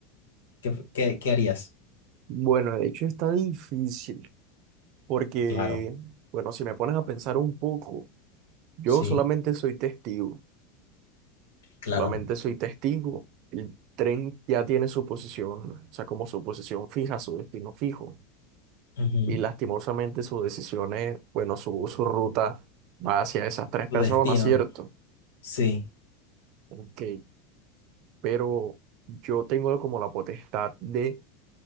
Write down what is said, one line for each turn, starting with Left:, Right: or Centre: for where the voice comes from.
Left: ¿Qué, qué- qué harías?
Right: Bueno, de hecho está difícil. Porque,
Left: Claro,
Right: bueno, si me pones a pensar un poco, yo
Left: sí,
Right: solamente soy testigo.
Left: claro.
Right: Solamente soy testigo. El tren ya tiene su posición, o sea, como su posición fija, su destino fijo.
Left: Ujú.
Right: y lastimosamente sus decisiones, bueno, su, su ruta va hacia esas tres
Left: Tu
Right: personas,
Left: destino,
Right: ¿cierto?
Left: sí,
Right: Ok, pero yo tengo como la potestad de,